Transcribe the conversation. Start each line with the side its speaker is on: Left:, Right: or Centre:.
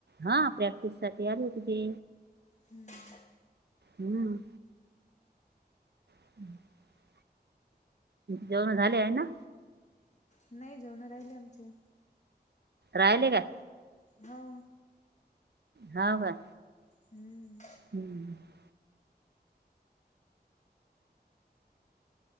Right: हा प्रॅक्टिस साठी आली होती ती.
Left: हम्म.
Right: हम्म. हम्म <inaudible> जेवण झाले आहे ना?
Left: नाही जेवणं राहिली आमचे.
Right: राहिले का.
Left: हो.
Right: हाव काय.
Left: हम्म.
Right: हम्म <inaudible>